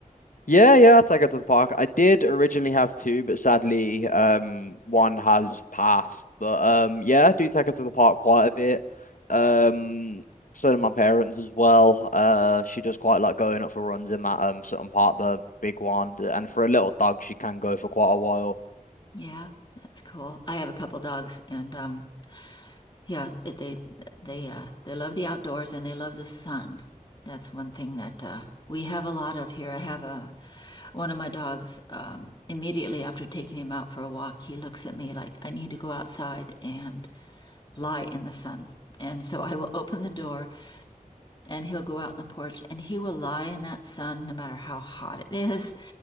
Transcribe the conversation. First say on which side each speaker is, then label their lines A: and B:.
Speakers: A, on the left; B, on the left.
A: Yeah, yeah, I take it to the park. I did originally have two, but sadly, um, one has passed. But um, yeah, I do take her to the park quite a bit. Um, so do my parents as well. Uh, she does quite like going up for runs in that um certain part, the big one, and for a little dog, she can go for quite a while.
B: Yeah, that's cool. I have a couple dogs, and um, yeah, it, they they uh they love the outdoors and they love the sun. That's one thing that uh, we have a lot of here. I have a One of my dogs, um, immediately after taking him out for a walk, he looks at me like, I need to go outside and lie in the sun. And so I will open the door and he'll go out on the porch and he will lie in that sun no matter how hot it is.